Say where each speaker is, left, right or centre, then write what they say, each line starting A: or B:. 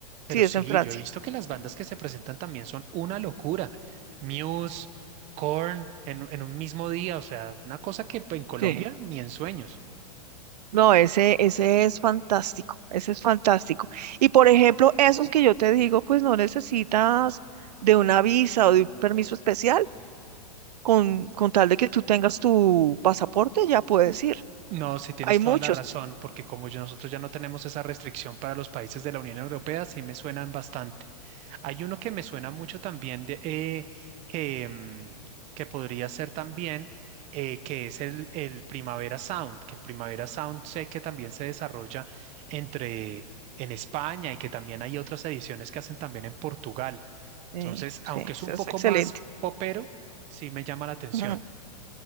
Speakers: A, on the right; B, on the right.
A: pero
B: Sí,
A: sí,
B: es en Francia.
A: yo he visto que las bandas que se presentan también son una locura. Muse, Korn, en, en un mismo día, o sea, una cosa que pues, en Colombia
B: Sí.
A: ni en sueños.
B: No, ese, ese es fantástico, ese es fantástico. Y por ejemplo, esos que yo te digo, pues no necesitas de una visa o de un permiso especial, con, con tal de que tú tengas tu pasaporte, ya puedes
A: N-
B: ir.
A: No, sí tienes
B: Hay
A: toda
B: muchos.
A: la razón, porque como yo- nosotros ya no tenemos esa restricción para los países de la Unión Europea, sí me suenan bastante. Hay uno que me suena mucho también de, eh, que, mm, que podría ser también, eh, que es el, el Primavera Sound, que el Primavera Sound sé que también se desarrolla entre en España y que también hay otras ediciones que hacen también en Portugal.
B: Sí,
A: Entonces,
B: sí,
A: aunque es
B: eso
A: un
B: es
A: poco
B: excelente.
A: más popero, sí me llama la atención.
B: Ujú.